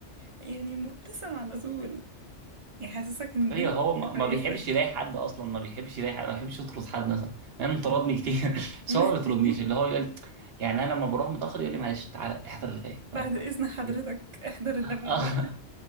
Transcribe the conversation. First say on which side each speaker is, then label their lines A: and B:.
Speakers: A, on the right (about 35°); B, on the right (about 60°).
A: يعني مبتسم على طول يحسسك ان الدنيا
B: ايوه هو ما
A: لسه
B: ما
A: كويسة
B: بيحبش يلاقي حد اصلا ما بيحبش يلاقي حد ما بيحبش يطرد حد مثلا يعني أنا طردني كتير <laughs> بس
A: <laughs>
B: هو ما بيطردنيش اللي هو يقول يعني انا لما بروح متاخر يقول لي معلش تعالى احضر اللي جاي
A: بعد
B: فاهم
A: إذن حضرتك
B: كده
A: احضر اللي
B: آه،
A: بعدها